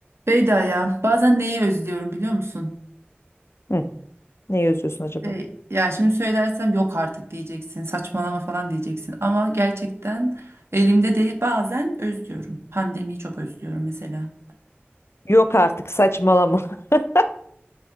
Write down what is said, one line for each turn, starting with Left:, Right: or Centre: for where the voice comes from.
Right: Beyda ya bazen neyi özlüyorum biliyor musun?
Left: Hı, ne yazıyorsun acaba?
Right: E, yani şimdi söylersem yok artık diyeceksin saçmalama falan diyeceksin ama gerçekten elimde değil bazen özlüyorum. Pandemiyi çok özlüyorum mesela.
Left: Yok artık saçmalama. <laughs>